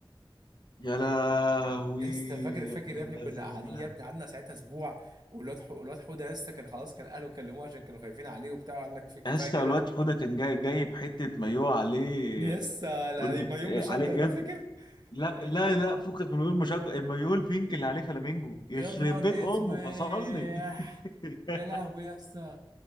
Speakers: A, on the left (about 55°); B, on the right (about 50°).
A: يا لهوي
B: يا اسطى فاكر فاكر
A: يا ابن
B: يا ابني
A: الذين
B: كنا قاعدين يا ابني قعدنا ساعتها اسبوع والواد حو- الواد حوده يا اسطى كان خلاص كان اهله كلموه عشان كانوا خايفين عليه وبتاع قال لك في- كفايه
A: اسطى
B: كده
A: الواد حوده كان جاي جايب حته مايوه عليه
B: يا اسطى لا-
A: قول له-
B: ما يوم
A: إيه،
B: مشجر
A: عليه
B: ده
A: يد
B: فاكر
A: لا
B: يا
A: لا
B: نهار
A: لا فكك من غير مشجع المايو البينك اللي عليه فلامينجو يخرب
B: يا نهار
A: بيت
B: اسواح
A: امه فصلني <laughs>
B: يا لهوي يا اسطى